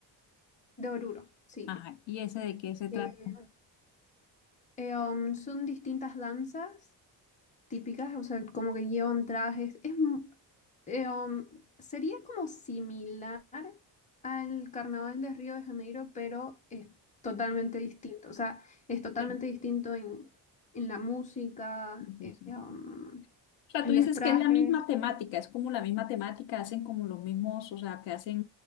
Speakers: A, on the left (about 15°); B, on the left (about 85°).
A: de Oruro, sí.
B: Ajá. ¿Y ese de qué se trata?
A: Eh, eh, um, son distintas danzas típicas, o sea, como que llevan trajes. Es, mu- eh, um, sería como similar al Carnaval de Río de Janeiro, pero es totalmente distinto. O sea, es totalmente
B: Sí,
A: distinto en, en la música,
B: sí,
A: eh,
B: sí.
A: um,
B: O sea,
A: en
B: tú dices
A: los trajes.
B: que es la misma temática, es como la misma temática, hacen como los mismos, o sea, que hacen